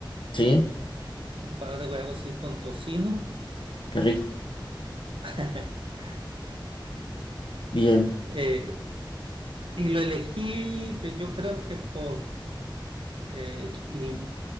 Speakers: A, on the left; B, on the right.
A: ¿Sí?
B: un par de huevos sí con tocino.
A: Qué rico.
B: <laughs>
A: Bien.
B: Eh, y lo elegí, pues, yo creo que por Eh, y